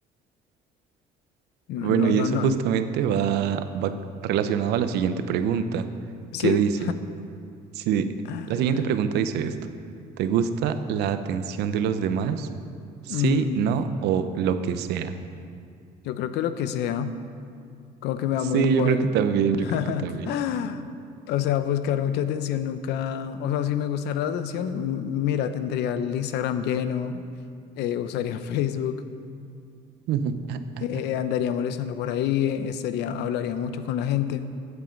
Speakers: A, on the left; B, on the right.
A: No,
B: Bueno,
A: no,
B: y
A: no,
B: eso
A: no.
B: justamente
A: n-
B: va, va relacionado a la siguiente pregunta,
A: ¿Sí?
B: que dice, si
A: <laughs>
B: la siguiente pregunta dice esto, ¿te gusta la atención de los demás? Sí,
A: Mm,
B: no o lo que sea.
A: yo creo que lo que sea, como que me da
B: Sí,
A: muy igual.
B: yo creo que también, yo
A: <laughs>
B: creo que también.
A: O sea, buscar mucha atención nunca. O sea, si me gustara la atención, m- mira, tendría el Instagram lleno, eh, usaría <laughs> Facebook,
B: <laughs>
A: eh, andaría molestando por ahí, eh, estaría, hablaría mucho con la gente.